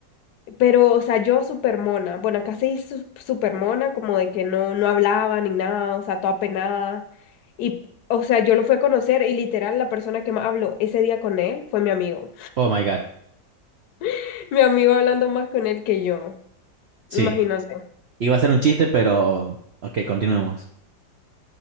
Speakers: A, on the left (about 65°); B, on the right (about 65°).
A: Pero, o sea, yo súper mona, bueno, casi su- súper mona, como de que no, no hablaba ni nada, o sea, toda penada. Y, o sea, yo lo fui a conocer y literal la persona que más habló ese día con él fue mi amigo.
B: Oh my God.
A: <laughs> Mi amigo hablando más con él que yo,
B: Sí.
A: imagínate.
B: Iba a ser un chiste, pero. Ok, continuemos.